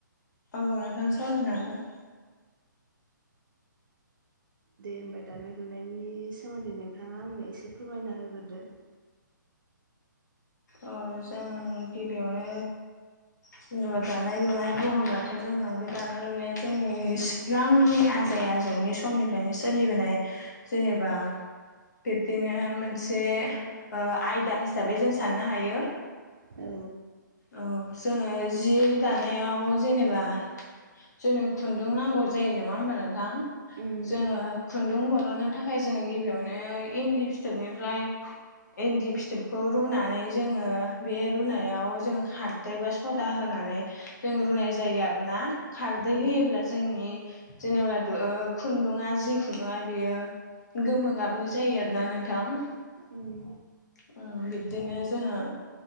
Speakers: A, on the left; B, on the right.
A: औ नोंथां सावरायनो हागोन।
B: दे होमबा दानाय लुनायनि सोमोन्दै नोंथाङा आंनो एसे फोरमायना होगोरदो <inaudible>
A: ओ जों गिबियावनो जेनेबा दानाय-लुनाय बुङोब्लाथ' जोङो बे दानाय लुनाया जोंनि सिगांनि आज थै आजौनि समनिफ्रायनो सोलिबोनाय जेनेबा बिब्दिनो मोनसे ओ आयदा हिसाबै जों साननो हायो।
B: औ
A: औ जोङो जि दानायाव जेनेबा जोंनो खुन्दुं नांगौ जायो नङा होमबा नोंथां।
B: उम
A: जोङो खुन्दुं बरननो थाखाय जोङो गिबियावनो इन्दि फिथोबनिफ्राय इन्दि फिथोबखौ रुना नै जोङो बे रुनायाव जोङो खारदै बा सदा होनानै जों रुनाय जायो आ रोना खारदै
B: उम
A: होयोब्ला जोंनि जेनेबाद दो खुन्दुङा जि खुन्दुा बेयो गोमो गाबनि जायो आरोना नोंथां ओ
B: उम
A: बिब बिदिनो जोङो